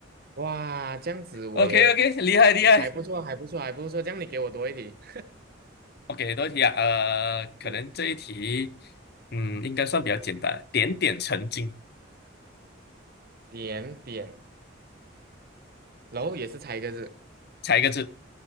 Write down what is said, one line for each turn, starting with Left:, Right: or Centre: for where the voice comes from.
Right: 哇，这样子我也
Left: OK OK，厉害厉害。
Right: 还不错，还不错，还不错。这样你给我多一题，
Left: OK，多一题啊，
Right: <laughs>
Left: 呃，可能这一题，
Right: 是
Left: 嗯，应该算比较简单，点点成金，
Right: 点点，然后也是猜一个字。
Left: 猜一个字，